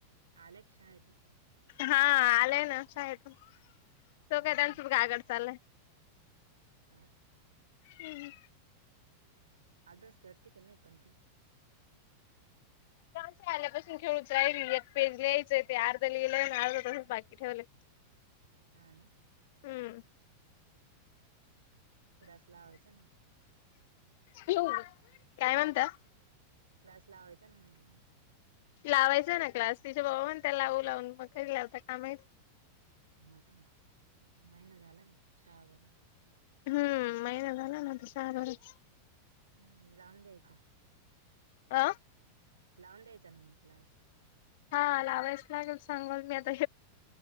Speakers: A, on the right (about 70°); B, on the left (about 50°).
A: आले क शा येत
B: हा आलंय ना शाळेतून तो
A: हम्म
B: काय त्यांसद्धा
A: हम्म
B: आगड चाललंय
A: हा
B: हम्
A: आध अस करती के नाही पणती
B: ं आल्यापासून खेळूच राहिल एक पेज लिहायचंय ते अर्ध लिहिलंय आणि अर्धा पाासून बाकी ठेवलं
A: हा ना
B: हम्म
A: थलास लावायचां ना
B: हो काय म्हणता
A: क्लास लावायचा ना म्हटज
B: लावायचा ना क्लास तिच्या बाबा पण त्या लावू लावून मग करी लावता का माही
A: मता महिन झालं ना श बरून
B: हम्म महिन झाला ना <unintelligible>
A: हम्म लांब ये ते
B: आ
A: लावून द्यायचां ना मग क्लास
B: हा लावायच लागेल सांगल मी आता